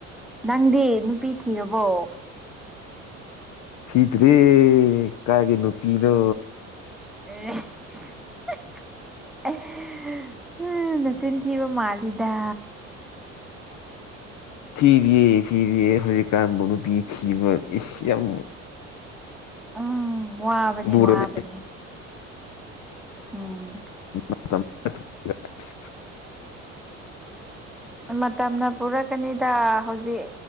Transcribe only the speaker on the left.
ꯊꯤꯗ ꯔꯦ ꯀꯥꯒꯤꯅꯨꯄꯤꯤꯅꯣ
ꯊꯤꯔ ꯌꯦ ꯊꯤꯔꯤꯦ ꯍꯖꯤꯦ ꯀꯥ ꯃꯅꯨ ꯄꯤ ꯊꯤ ꯑꯦꯁꯤ ꯌꯥꯝ
ꯂꯨꯔꯕꯅꯤ
<unintelligible> <inaudible>